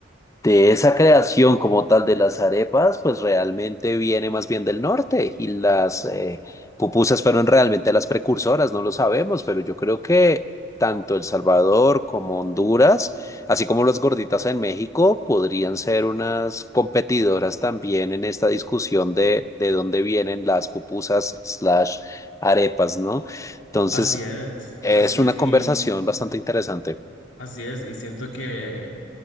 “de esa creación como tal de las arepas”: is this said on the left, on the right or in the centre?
Left